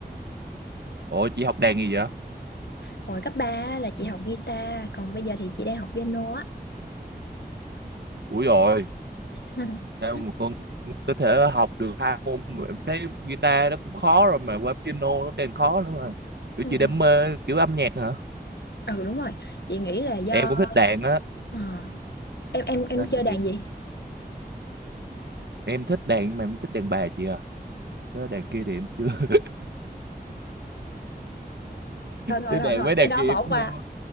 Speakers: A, on the right; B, on the left.
A: ủa chị học đàn gì vậy
B: hồi cấp 3 á, là chị học guitar còn bây giờ thì chị đang học piano á
A: ủi rồi
B: <laughs>
A: sao mà con có thể học được hai môn mà em thấy guitar nó cũng khó rồi mà qua piano nó càng khó nữa mà kiểu
B: ừ
A: chị đam mê kiểu âm nhạc hả
B: Ừ, đúng rồi chị nghĩ là do
A: em cũng thích đàn á
B: ờ, em em em
A: đó
B: chơi
A: sao
B: đàn
A: chị
B: gì
A: em thích đàn mà em thích đàn bà chị à Đó đàn kia thì em chưa <laughs>
B: thôi thôi
A: Chứ
B: thôi
A: đàn
B: thôi
A: với đàn
B: cái đó
A: kia
B: bỏ
A: em thua
B: qua